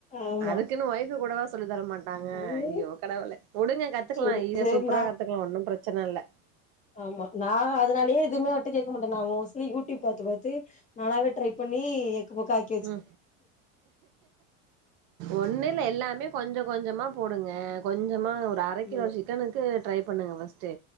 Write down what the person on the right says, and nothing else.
அதுக்குன்னு ஒய்ஃப கூடவா சொல்லி தரமாட் டாங்க
ஐயோ கடவுளே உடுங்க கத்துக்கலா
இத
சூப்பரா
கத்துக்கலா ஒன்னு பிரச்சன இல்ல
ம் ஒன்னுல்ல எல்லாமே கொஞ்ச கொஞ்சமா போடுங்க கொஞ்சமா ஒரு அர கிலோ
சிக்கனுக்கு ட்ரை பண்ணுங்க ஃபஸ்டு